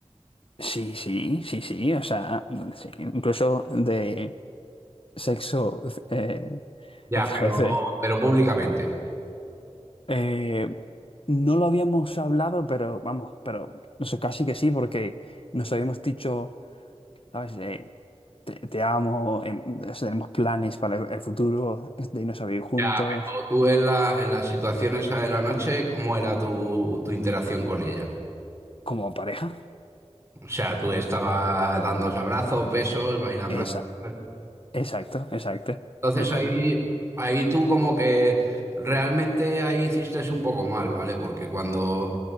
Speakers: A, on the left; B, on the right.
A: sí, sí, sí, sí, o sea, sí, incluso de sexo eh,
B: Ya,
A: a través
B: pero,
A: de,
B: pero públicamente.
A: Eh, no lo habíamos hablado, pero vamos, pero no sé, casi que sí, porque nos habíamos dicho, ¿sabes? Eh, te, te amo, em, o sea, tenemos planes para el, el futuro, de irnos a vivir juntos,
B: Ya, pero tú en la, en las situaciones de la noche, ¿cómo era tu, tu interacción con ella?
A: como pareja.
B: O sea, tú estaba dándose abrazos, besos, bailando.
A: Esa,
B: así. ¿vale?
A: exacto, exacto,
B: Entonces
A: exacto.
B: ahí, ahí tú como que realmente ahí hiciste un poco mal, ¿vale? Porque cuando,